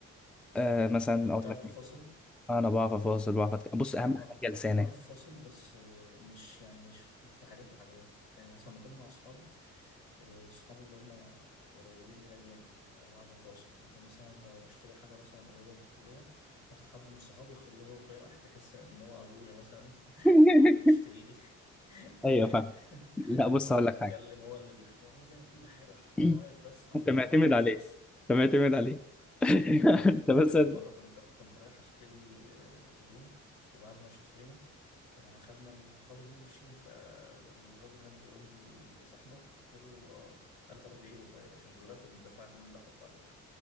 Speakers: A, in the centre; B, on the left.
A: آه، مثلا
B: انت بتعرف
A: اقول لك
B: تفاصل
A: إيه؟ انا بعرف افاصل بعرف أتك... بص
B: هو
A: اهم حاجه لسانك
B: بعرف افاصل بس آه، مش يعني مش في حاجات وحاجات فاهم يعني؟ مثلا لما اكون مع اصحابي آه، اصحابي اللي هم قريبين ليا جامد آه، بعرف افاصل لكن مثلا لو اشتري حاجه مثلا قريبه من الكليه باخد حد من صحابي واخليه هو فاهم <laughs> هتحس ان هو ابويا مثلا <laughs>
A: <laughs>
B: هو اللي بيشتري لي <laughs>
A: ايوه فاهم لا بص
B: هو
A: هقول
B: اللي
A: لك
B: بيتكلم
A: حاجه
B: هو اللي بيختار هو بيعمل كل حاجه حرفيا
A: <clears throat>
B: واقف بس حرفيا
A: انت معتمد
B: هدفع فلوس
A: عليه
B: بس
A: انت معتمد
B: اه
A: عليه <laughs>
B: <laughs>
A: انت
B: لدرجة
A: بس
B: إن مرة كنت كنت رايح أشتري آه، هدوم وبعد ما اشترينا يعني خدنا الخاص دول ماشيين فالراجل هناك بيقول لي ده صاحبك قلت له اه قال طب ادعي له طيب عشان لولا كنت دفعت مبلغ وقدره